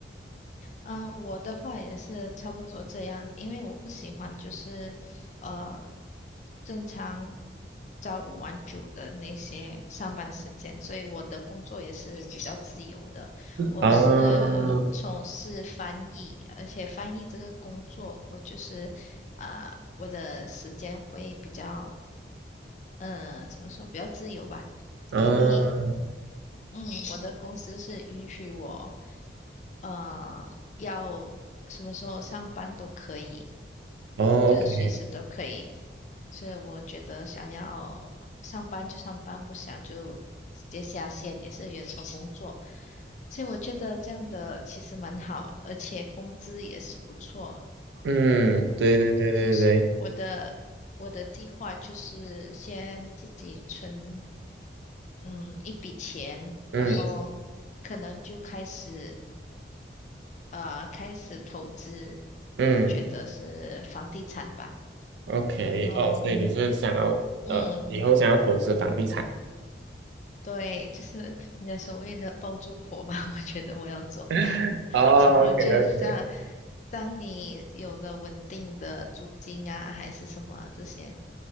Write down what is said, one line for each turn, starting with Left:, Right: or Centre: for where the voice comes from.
Left: 啊、我的话也是差不多这样，因为我不喜欢就是呃正常朝五晚九的那些上班时间，所以我的工作也是比较自由的。我是从事翻译，
Right: 啊
Left: 而且翻译这个工作，我就是啊、我的时间会比较呃怎么说比较自由吧。
Right: 啊
Left: 因为嗯，我的公司是允许我，呃，要什么时候上班都可以，
Right: 哦，OK，
Left: 就是随时都可以。所以我觉得想要上班就上班，不想就直接下线，也是远程工作。所以我觉得这样的其实蛮好，而且工资也是不错。
Right: 嗯，对对对对对，
Left: 嗯，所以我的我的计划就是先自己存，嗯，一笔钱，
Right: 嗯
Left: 然后可能就开始呃开始投资，
Right: 嗯。
Left: 我觉得是房地产吧。
Right: OK，
Left: 然后
Right: 哦，所以你是想要呃，
Left: 嗯，
Right: 以后想要投资房地产？
Left: 对，就是人家所谓的包租婆吧，<laughs> 我觉得我要做。
Right: <laughs> 哦，OK，OK，
Left: 然后就这样，当你有了稳定的租金啊，还是什么这些，